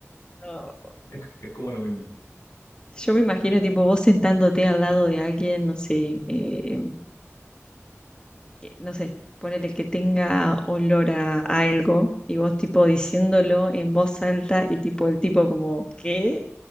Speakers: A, on the left; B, on the left.
A: No.
B: Es, es como lo mismo.
A: Yo me imagino, tipo, vos sentándote al lado de alguien, no sé, eh, que- no sé, ponele que tenga olor a algo y vos, tipo, diciéndolo en voz alta y, tipo, el tipo como, ¿qué?